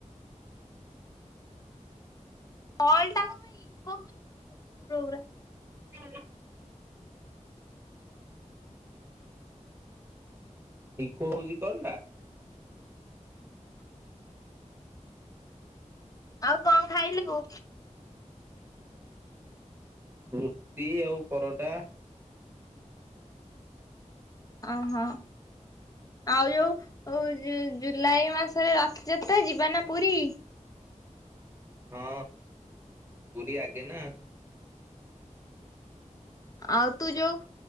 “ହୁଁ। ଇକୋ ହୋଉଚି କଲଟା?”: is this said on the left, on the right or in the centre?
Right